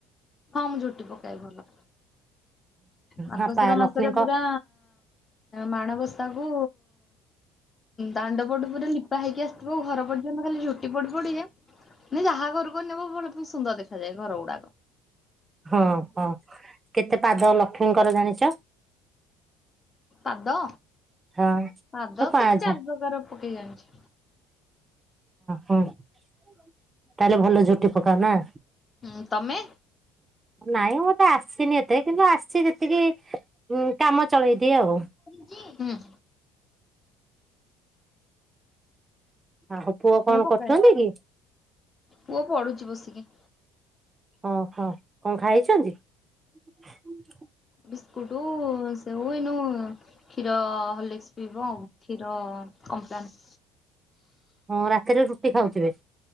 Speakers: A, on the left; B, on the right.
A: ହଁ ମୁଁ ଝୁଟି ପକାଏ ଭଲ। ମାର୍ଗଶିର
B: ହଁ ପା ଲକ୍ଷ୍ମୀଙ୍କ
A: ମାସରେ ପୁରା ମାଣବସାକୁ ଦାଣ୍ଡ ପଟୁ ପୁରା ଲିପା ହେଇକି ଆସିଥିବ ଘର ପର୍ଯ୍ୟନ୍ତ ଖାଲି ଝୁଟି ପଡି ପଡିକା। ଜହା ଘରକୁ ଅନେବ ଭଲମ ସୁନ୍ଦର ଦେଖାଯାଏ ଘର ଗୁଡାକ।
B: ହଁ ହଁ କେତେ ପାଦ ଲକ୍ଷ୍ମୀଙ୍କର ଜାଣିଛ?
A: ପାଦ
B: ହଁ।
A: ପାଦ
B: ତ ପାଁଝା
A: ତିନି ଚାରି ପ୍ରକାର ପକେଇ ଜାଣିଛି।
B: ହୁଁ ହୁଁ ତାହେଲେ ଭଲ ଝୁଟି ପକାଅ ନା?
A: ହୁଁ ତମେ?
B: ନାଇଁ ମତେ ଆସିନି ଏତେ କିନ୍ତୁ ଆସି ସେ ଯେତିକି ହୁଁ କାମ ଚଳେଇଦିଏ ଆଉ।
A: ଜି ହୁଁ।
B: ଆଉ ପୁଅ
A: ମୁଁ
B: କଣ
A: ପକାଏ
B: କରୁଛନ୍ତି କି?
A: ପୁଅ ପଢୁଛି ବସିକି।
B: ଓହୋ କଣ ଖାଇଚ? ହ
A: ବିସ୍କୁଟୁ ସେଉ ଏଇନୁ କ୍ଷୀର ହଲିକ୍ସି ପିଇବ ଆଉ କ୍ଷୀର କପ୍ଲନ
B: ହଁ ରାତିରେ ରୁଟି ଖାଉଥିବେ?